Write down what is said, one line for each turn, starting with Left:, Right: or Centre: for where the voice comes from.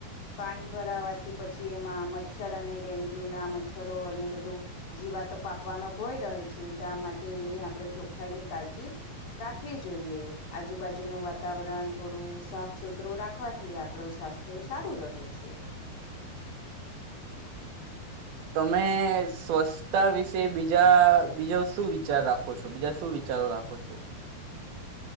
Left: પાણી ભરાવાથી પછી એમાં મચ્છર અને ડેન્ગ્યુ ના મચ્છરો અને બધો જીવાતો પાકવાનો ભય રહે છે, <unintelligible> માટે એની આપણે ચોખ્ખાઈની કાળજી. રાખવી જોઈએ આજુબાજુનું વાતાવરણ થોડું સાફ સુથરું રાખવાથી આપડું સ્વાસ્થ્ય સારું રહે છે.
Right: તમે સ્વચ્છતા વિશે બીજા બીજો શું વિચાર રાખો છો બીજા શું વિચારો રાખો છો.